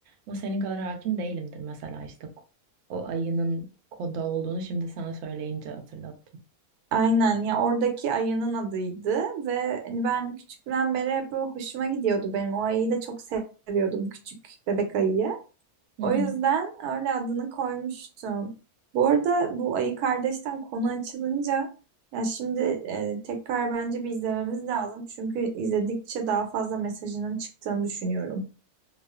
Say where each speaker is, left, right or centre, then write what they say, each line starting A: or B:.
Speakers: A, on the right; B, on the right.
A: Ama senin kadar hakim değilimdir mesela işte o o ayının koda olduğunu şimdi sana söyleyince hatırladım.
B: Aynen ya oradaki ayının adıydı ve hani ben küçüklüğümden beri hep böyle hoşuma gidiyordu benim. O ayıyı da çok seviyordum küçük bebek ayıyı.
A: <laughs>
B: O yüzden öyle adını koymuştum. Bu arada bu Ayı Kardeş'ten konu açılınca ya şimdi e, tekrar bence bir izlememiz lazım. Çünkü izledikçe daha fazla mesajının çıktığını düşünüyorum.